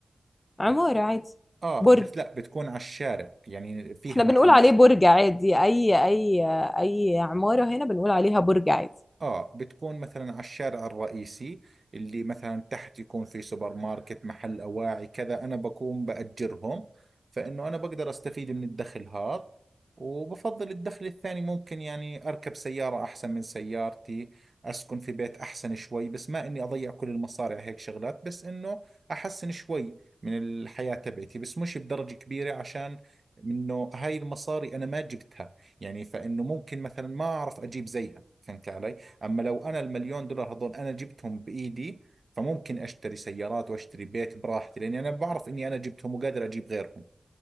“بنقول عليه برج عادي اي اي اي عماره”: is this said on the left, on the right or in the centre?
Left